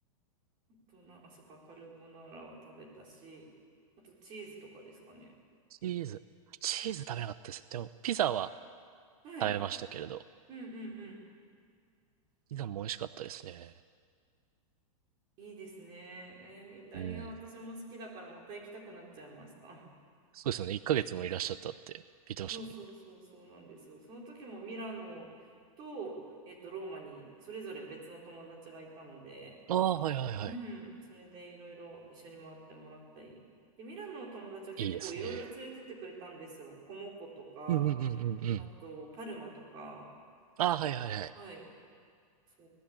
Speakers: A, on the right (about 25°); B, on the right (about 80°).
A: あとな、あ、そっか、カルボナーラは食べたし、あとチーズとかですかね。
B: チーズ、チーズ食べなかったですね。でも、ピザは
A: はい。
B: 食べましたけれど、
A: うんうんうん。
B: ピザも美味しかったですね。
A: いいですね。えーイタリア私も好きだからまた行きたくなっちゃいました。
B: うん。そうですよね。1ヶ月もいらっしゃったって聞いてましたもんね。
A: そうそうそうそうなんですよ。その時もミラノと、えっと、ローマにそれぞれ別の友達がいたので、
B: ああ、はいはいはい。
A: うん、それでいろいろ一緒に回ってもらったり。で、ミラノの友達は結構いろいろ連れてってくれたんですよ。
B: いいですね。
A: コモコとか、
B: うんうんうんうんうん。
A: あとパルマとか。
B: ああ、はいはいはい。
A: はい、そ